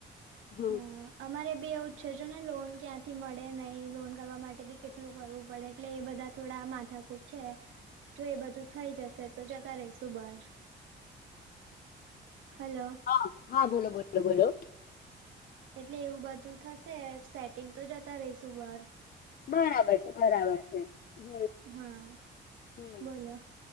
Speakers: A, on the left; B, on the right.
A: હમ
B: હા અમારે બી એવું જ છે જોને લોન ક્યાંથી મળે નહીં લોન કરવા માટે બી કેટલું કરવું પડે એટલે એ બધા થોડા માથાકુટ છે તો એ બધું થઈ જશે તો જતા રહીશું બહાર હલો
A: હા હા બોલો બોલો બોલો
B: એટલે એવું બધું થશે સેટિંગ તો જતા રહીશું બહાર
A: બરાબર છે બરાબર છે. હમ્મ
B: હા
A: હમ્મ
B: બોલો